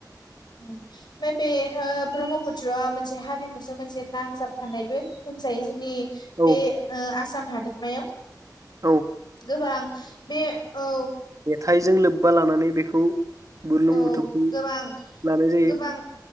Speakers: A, on the left; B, on the right.
A: ओमफ्राय बे ओ ब्रह्मपुत्रआ मोनसे हारिमुजों मोनसे नांजाबफानायबो होनजायो जोंनि
B: औ
A: बे ओ आसाम हादोरमायाव
B: औ
A: गोबां बे औ
B: थाइजों लोब्बा लानानै बेखौ बुरलुं
A: औ
B: बुथुरखौ
A: गोबां
B: लानाय जायो
A: गोबां